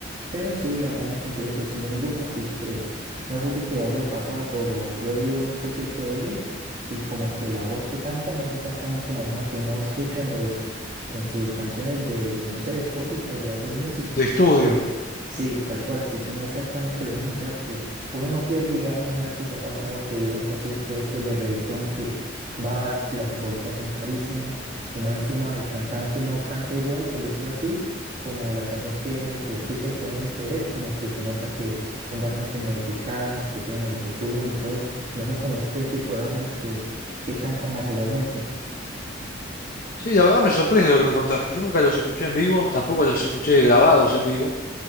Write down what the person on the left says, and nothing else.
de estudio.
Sí, la verdad me sorprende lo que me contás, porque yo nunca los escuché en vivo, tampoco los escuché grabados en vivo.